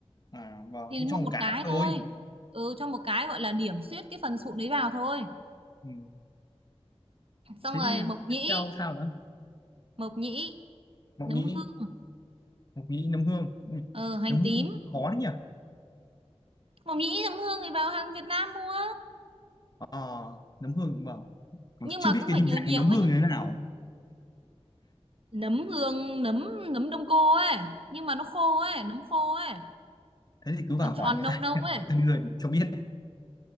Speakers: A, on the left; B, on the right.
A: À vâng,
B: thì
A: thì
B: mua
A: cho
B: một
A: một cái
B: cái
A: thôi.
B: thôi ừ cho một cái gọi là điểm xuyết cái phần sụn đấy vào thôi
A: Ừ.
B: xong
A: Thế
B: rồi
A: thì
B: mộc nhĩ
A: tiếp theo sao nữa?
B: mộc nhĩ
A: Mộc
B: nấm
A: nhĩ,
B: hương
A: mộc nhĩ nấm hương. Ừ.
B: ờ, hành
A: Nấm
B: tím
A: hương khó đấy nhỉ?
B: Mộc nhĩ nấm hương thì vào hàng Việt Nam mua
A: Ờ, nấm hương vâng còn
B: nhưng
A: chưa
B: mà
A: biết
B: cũng
A: cái
B: phải
A: hình
B: nhiều
A: dạng
B: nhiều
A: nấm
B: ấy
A: hương
B: nhá
A: như thế nào
B: nấm hương nấm nấm đông cô ấy nhưng mà nó khô ấy nấm khô ấy
A: thế thì cứ vào
B: tròn
A: hỏi
B: tròn
A: người
B: nâu
A: ta
B: nâu
A: <laughs> người
B: ấy
A: ta đưa thì cho biết